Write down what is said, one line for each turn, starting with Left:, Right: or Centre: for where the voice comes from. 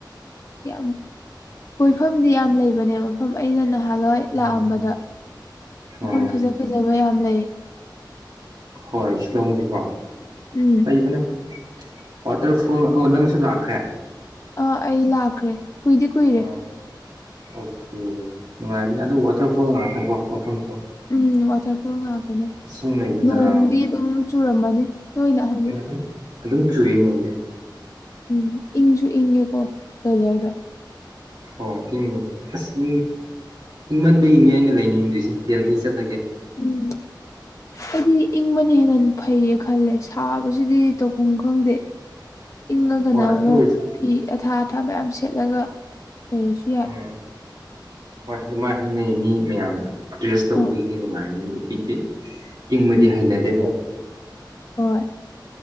Left: ꯌꯥꯝ ꯀꯣꯏꯐꯝꯗꯤ ꯌꯥꯝ ꯂꯩꯕꯅꯦ ꯃꯐꯝ ꯑꯩꯅ ꯅ ꯅꯍꯥꯟꯋꯥꯏ ꯂꯥꯛꯑꯝꯕꯗ
Right: ꯎꯝ
Left: ꯃꯐꯝ
Right: ꯎꯝ
Left: ꯐꯖ ꯐꯖꯕ ꯌꯥꯝ ꯂꯩ
Right: ꯍꯣꯏ ꯏꯂꯝꯁꯤꯀꯣ
Left: ꯎꯝ
Right: ꯂꯩꯕꯅꯦ ꯋꯥꯇꯔꯐꯣꯜ ꯅꯪꯁꯨ ꯂꯥꯛꯈ꯭ꯔꯦ
Left: ꯑꯥ ꯑꯩ ꯂꯥꯛꯈ꯭ꯔꯦ ꯀꯨꯏꯗꯤ ꯀꯨꯏꯔꯦ
Right: ꯑꯣ ꯑꯣꯀꯦ ꯅꯨꯡꯉꯥꯏꯕꯅꯦ ꯑꯗꯨ ꯋꯥꯇꯔꯐꯣꯜ ꯉꯥꯛꯇꯪꯀꯣ ꯃꯐꯝꯁꯨ
Left: ꯎꯝ ꯋꯥꯇꯔ ꯐꯣꯜ ꯉꯥꯛꯇꯅꯦ
Right: ꯏꯁꯤꯡ ꯂꯩꯕ
Left: ꯅꯣꯡꯗꯤ
Right: ꯖꯒꯥ
Left: ꯑꯗꯨꯝ ꯆꯨꯔꯝꯃꯅꯤ ꯇꯣꯏꯅ ꯍꯧꯖꯤꯛ
Right: ꯑꯗꯨꯝ ꯑꯗꯨꯝ ꯆꯨꯌꯦ ꯅꯣꯡꯗꯤ
Left: ꯎꯝ ꯏꯪꯁꯨ ꯏꯪꯉꯦꯀꯣ ꯀꯂꯔꯗ
Right: ꯍꯣꯏ ꯏꯪꯉꯦ ꯑꯁꯪ ꯏꯪꯃꯟꯗ ꯏꯅꯦ ꯑꯩꯅ ꯂꯩꯅꯤꯡꯗꯣꯏꯁꯦ ꯗꯦꯍꯤ ꯆꯠ
Left: ꯎꯝ ꯑꯩꯗꯤ ꯏꯪꯕꯅ ꯍꯦꯟꯅ ꯐꯩꯌꯦ ꯈꯜꯂꯦ ꯁꯥꯕꯁꯤꯗꯤ ꯇꯧꯐꯝ ꯈꯪꯗꯦ ꯏꯪꯉꯒꯅ
Right: ꯍꯣꯏ
Left: ꯑꯃꯨꯛ
Right: ꯑꯗꯨ ꯑꯣꯏꯔꯁꯨ
Left: ꯐꯤ ꯑꯊꯥ ꯑꯊꯥ ꯃꯌꯥꯝ ꯁꯦꯠꯂꯒ ꯂꯩꯔꯁꯨ ꯌꯥꯏ
Right: ꯎꯝ ꯍꯣꯏ ꯑꯗꯨꯃꯥꯏꯅ ꯍꯥꯏꯅꯩ ꯃꯤ ꯃꯌꯥꯝꯅ ꯗ꯭ꯔꯦꯁ ꯇꯧꯕꯒꯤꯗꯤ
Left: ꯑꯣ
Right: ꯅꯨꯡꯉꯥꯏꯅꯤ ꯑꯗꯨ ꯑꯣꯏꯇꯦ ꯏꯪꯕꯗꯤ
Left: ꯎꯝ
Right: ꯍꯩꯅꯗꯦꯕ
Left: ꯍꯣꯏ